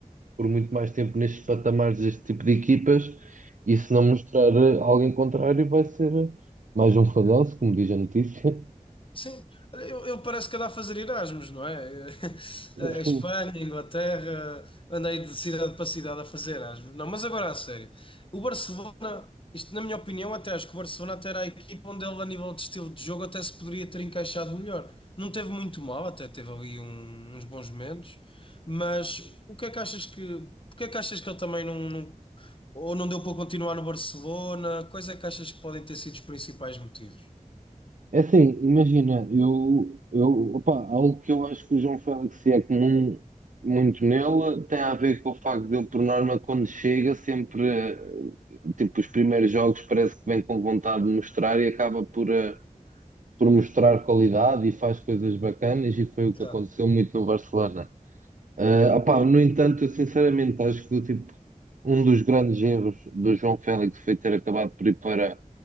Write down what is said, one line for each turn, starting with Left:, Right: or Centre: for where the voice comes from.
Right: por muito mais tempo nestes patamares deste tipo de equipas e se não mostrar eh, algo em contrário vai ser eh, mais um falhanço, como diz a notícia. <laughs>
Left: Sim, Olha, eu, eu parece que andava a fazer Erasmus, não é? <laughs>
Right: Enfim,
Left: A Espanha, a Inglaterra, andei de cidade para cidade a fazer Erasmus. Não, mas agora a sério. O Barcelona, isto na minha opinião, até acho que o Barcelona até era a equipa onde ele, a nível de estilo de jogo, até se poderia ter encaixado melhor. Não teve muito mal, até teve ali um- uns bons momentos, mas o que é que achas que, porque é que achas que ele também não, não- ou não deu para continuar no Barcelona? Quais é que achas que podem ter sido os principais motivos?
Right: é assim, imagina, eu, eu, opa, algo que eu acho que o João Félix é comum muito nele tem a ver com o facto de ele, por norma, quando chega, sempre, eh, tipo, os primeiros jogos parece que vem com vontade de mostrar e acaba por... eh, por mostrar qualidade e faz coisas bacanas e foi o
Left: Exato.
Right: que aconteceu muito no Barcelona. Ah, opá, no entanto, eu sinceramente acho que tipo, um dos grandes erros do João Félix foi ter acabado por ir para